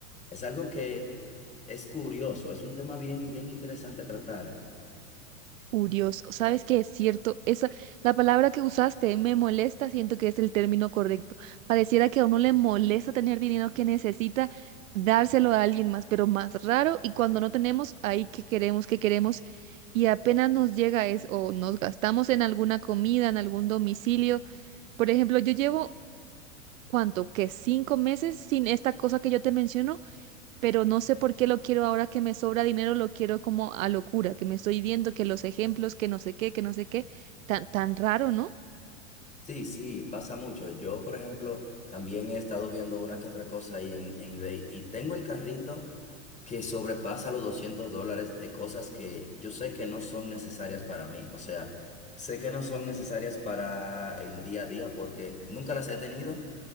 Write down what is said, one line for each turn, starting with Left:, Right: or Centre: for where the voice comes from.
Left: es algo que... Es curioso, es un tema bien, bien interesante a tratar.
Right: Furioso, ¿sabes qué es cierto? Esa, la palabra que usaste, me molesta, siento que es el término correcto. Pareciera que a uno le molesta tener dinero que necesita dárselo a alguien más, pero más raro y cuando no tenemos, ahí que queremos, que queremos y apenas nos llega es o nos gastamos en alguna comida, en algún domicilio. Por ejemplo, yo llevo, ¿cuánto? Que cinco meses sin esta cosa que yo te menciono pero no sé por qué lo quiero ahora que me sobra dinero, lo quiero como a locura, que me estoy viendo, que los ejemplos, que no sé qué, que no sé qué, tan, tan raro, ¿no?
Left: Sí, sí, pasa mucho. Yo, por ejemplo, también he estado viendo una que otra cosa ahí en, en eBay y tengo el carrito que sobrepasa los 200 dólares de cosas que yo sé que no son necesarias para mí. O sea, sé que no son necesarias para el día a día porque nunca las he tenido